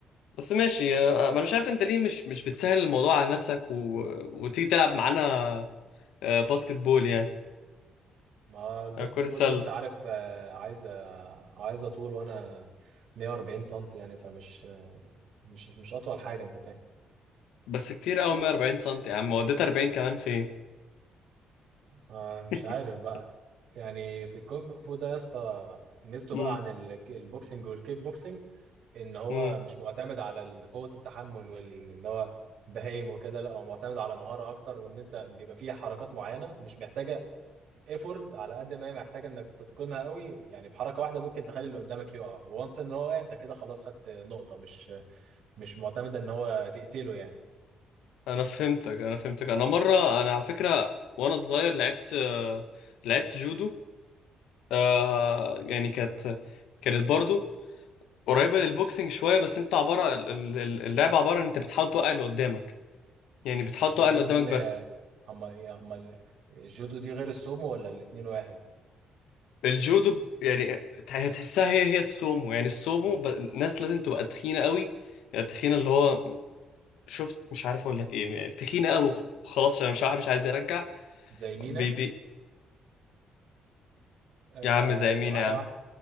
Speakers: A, on the left (about 85°); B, on the right (about 70°).
A: بس ماشي آه، انا مش عارف انت ليه مش مش بتسهل الموضوع على نفسك و... وتيجي تلعب معانا آه، باسكت بول يعني
B: ما الباسكت
A: آه، كرة
B: بول
A: سلة
B: دي أنت عارف آه، عايزة عايزة طول وأنا 140 سنتي يعني فمش مش مش أطول حاجة أنت فاهم
A: بس كتير قوي 140 سم يا عم وديت 40 كمان فين
B: آه مش
A: <laughs>
B: عارف بقى يعني في الكونغ فو ده يا اسطى ميزته
A: امم
B: بقى عن ال- البوكسنج والكيك بوكسنج ان هو
A: امم
B: مش معتمد على ال- قوة التحمل واللي هو بهايم وكده لا هو معتمد على مهارة اكتر وان انت بيبقى فيه حركات معينة مش محتاجة ايفورت على قد ما هي محتاجة انك تتقنها قوي يعني بحركة واحدة ممكن تخلي اللي قدامك يقع وانس ان هو وقع انت كده خلاص خدت نقطة مش مش معتمدة ان هو تقتله يعني
A: انا فهمتك انا فهمتك انا مره انا على فكره وانا صغير لعبت آه، لعبت جودو آه، يعني كانت كانت برضو قريبه للبوكسنج شويه بس انت عباره ال- ال- ال- اللعبه عباره ان انت بتحاول توقع اللي قدامك يعني بتحاول
B: الجودو
A: توقع اللي
B: دي
A: قدامك
B: اللي
A: بس
B: هم هم الجودو دي غير السومو ولا الاتنين واحد
A: الجودو ب- يعني تح- تحسها هي هي السومو يعني السومو ب... الناس لازم تبقى تخينه قوي يعني تخينه اللي هو شفت مش عارف اقول لك ايه يعني تخينه قوي
B: م-
A: خلاص انا مش عارف مش عايز يرجع
B: زي مينا
A: بي بي
B: آه
A: يا عم زي مين
B: ومعايا
A: يا عم
B: واحد